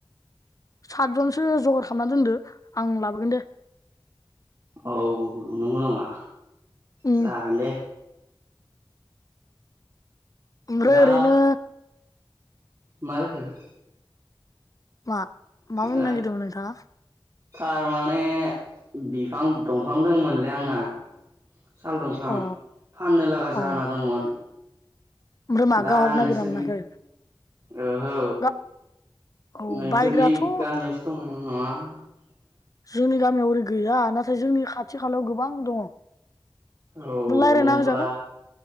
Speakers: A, on the left; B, on the right.
A: सातजनसो जगार खालामनानै दोनदो आं लाबोगोन दे।
B: औ नंगौ नामा?
A: उम
B: जागोन दे।
A: ओमफ्राय
B: दा
A: ओरैनो
B: मा जाखो?
A: मा? मा
B: ओ
A: बुंनो नागिरदोंमोन नोंथाङा
B: थारमाने बिफां दंफां दंमोनलै आंना। साल दंफां
A: अ
B: फाननो लागा
A: औ
B: जाना दंमोन।
A: ओमफ्राय मा
B: दा
A: गाहक
B: नोंसोरनि
A: नागिरना मोनाखै
B: ओ औ
A: गा औ
B: नोंसोरनि
A: बायग्राथ'
B: गामियावसो दंमोन <unintelligible>
A: जोंनि गामियाव ओरै गैया नाथाय जोंनि खाथि खालायाव गोबां दङ।
B: औ
A: रायज्लायना
B: होनब्ला
A: होजागोन